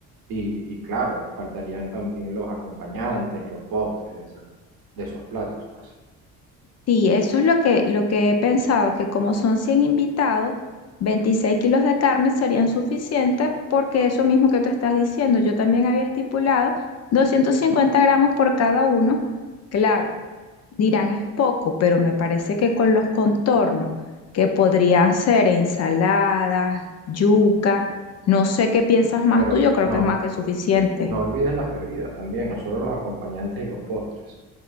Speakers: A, on the right; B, on the left.
A: Y, y claro, faltarían también los acompañantes y los postres de, esa- de esos platos, pues.
B: Sí, eso es lo que, lo que he pensado, que como son 100 invitados, 26 kilos de carne serían suficientes porque eso mismo que tú estás diciendo, yo también había estipulado 250 gramos por cada uno. Claro, dirán es poco, pero me parece que con los contornos, que podrían ser ensaladas, yuca, no sé qué piensas más
A: Pero
B: tú, yo creo
A: no,
B: que es más que suficiente.
A: no olvides las bebidas también, no solo los acompañantes y los postres.